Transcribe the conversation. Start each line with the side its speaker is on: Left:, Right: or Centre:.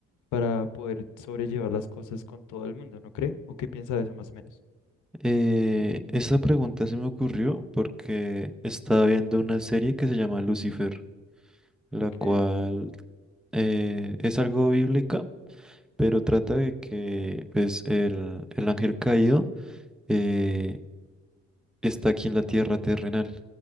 Left: para poder sobrellevar las cosas con todo el mundo, ¿no cree? ¿O qué piensa de eso más o menos?
Centre: Eh, esta pregunta se me ocurrió porque estaba viendo una serie que se llama Lucifer, la
Left: Ok,
Centre: cual eh, es algo bíblica, pero trata de que pues, el, el ángel caído eh, está aquí en la tierra terrenal.